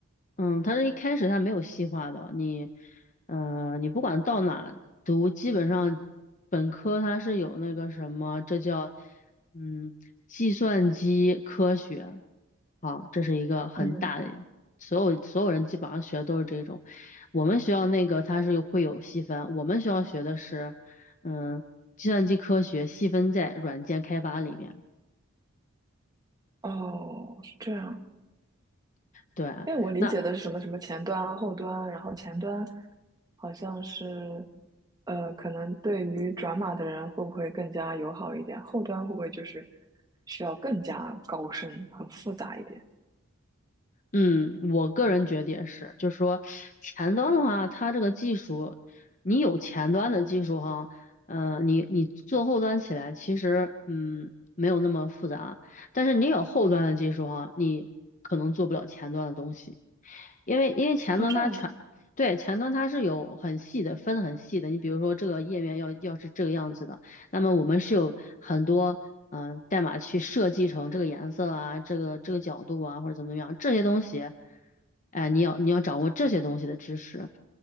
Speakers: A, on the left; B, on the right.
A: 嗯，他这一开始他没有细化的，你，呃，你不管到哪读，基本上本科它是有那个什么，这叫，嗯，计算机科学，好，这是一个很大的，
B: 嗯，
A: 所有所有人基本上学的都是这种。我们学校那个它是有会有细分，我们学校学的是，嗯，计算机科学细分在软件开发里面，
B: 哦，是这样。
A: 对啊。
B: 因为我理解的是什么什么前端啊、
A: 那
B: 后端啊，然后前端好像是，呃，可能对于转码的人会不会更加友好一点？后端会不会就是需要更加高深、很复杂一点？
A: 嗯，我个人觉得也是，就是说前端的话，它这个技术，你有前端的技术哈，呃，你你做后端起来，其实嗯没有那么复杂，但是你有后端的技术哈，你可能做不了前端的东西，因为因为前端它传，
B: 哦，这样的，
A: 对，前端它是有很细的，分得很细的，你比如说这个页面要要是这个样子的。那么我们是有很多嗯、呃代码去设计成这个颜色啊，这个这个角度啊，或者怎么样这些东西，哎，你要你要掌握这些东西的知识，